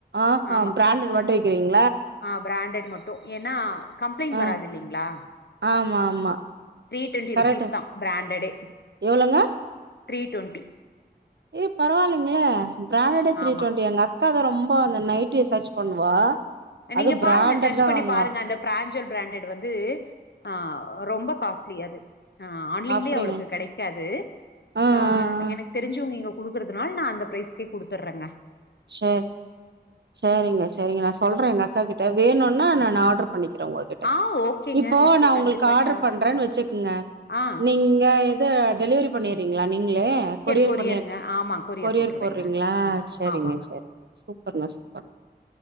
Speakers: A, on the right (about 80°); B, on the left (about 75°).
A: ஆஹா
B: ஆமா
A: பிராண்டட் மட்டு விக்கிறீங்
B: ஆ பிராண்டட் மட்டு ஏன்னா கம்ப்ளைண்ட்
A: ஆ
B: வராதில்லீங்ளா
A: ஆமா ஆமா
B: த்ரீ டொண்ட்டி
A: கரெக்ட்
B: ருப்பீஸ் தா பிராண்டடே
A: எவ்ளோங்க
B: த்ரீ டொண்ட்டி
A: ஏ பரவால்லீங்ளே பிராண்டடே த்ரீ
B: ஆமா
A: டொண்ட்டி எங்கக்கா தா ரொம்ப
B: ம்.
A: அந்த நைட்டிய சர்ச் பண்ணுவா அது
B: நீங்க
A: பிராண்டட்
B: பாருங்க சர்ச்
A: தான்
B: பண்ணி
A: வாங்குவா
B: பாருங்க அந்த ப்ராஞ்சோல் பிராண்டட் வந்து ஆ ரொம்ப காஸ்ட்லி அது அ ஆன்லைன்லே
A: அப்படிங்களா
B: அவ்ளோக்கு கெடைக்காது
A: ஆ ஆ
B: அ
A: ஆ
B: எனக் தெரிஞ்சவுங்க இங்க குடுக்கறதுனால் நா அந்த ப்ரைஸ்கே குடுத்தட்றங்க
A: சேர் சேரிங்க சேரிங்க நா சொல்றே எங்கக்கா கிட்ட வேணுன்னா நானு ஆட்ரு பண்ணிக்கிற உங்ககிட்ட
B: ஆ ஓகேங்க
A: இப்போ
B: ஓகே
A: நா
B: கண்டிப்பா
A: உங்கள்க்கு ஆட்ரு
B: ஷோர்
A: பண்றேனு
B: ஆ
A: வெச்சுக்ங்க
B: ஆ
A: நீங்க எது டெலிவரி பண்ணீர்றீங்களா நீங்ளே கொரியர்
B: கொரியருங்க
A: பண்ணி
B: ஆமா
A: கொரியர்
B: போட்டுருவேங்க
A: போட்றீங்ளா
B: ஆமா
A: சேரிங்க
B: ஆமாங்க
A: சேரி சூப்பர்ங்க சூப்பர்